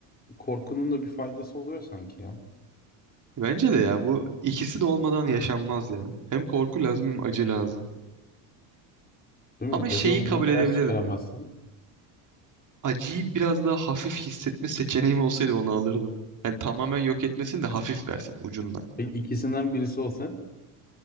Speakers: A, on the left; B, on the right.
A: korkunun da bir faydası oluyor sanki ya.
B: Bence de ya bu ikisi de olmadan yaşanmaz ya. Hem korku lazım hem acı lazım.
A: Değil
B: Ama
A: mi? Acı
B: şeyi
A: olmadan
B: kabul edebilirim.
A: ders çıkaramazsın.
B: Acıyı biraz daha hafif hissetme seçeneğim olsaydı onu alırdım. Yani tamamen yok etmesin de hafif versin ucundan.
A: Peki ikisinden birisi olsa,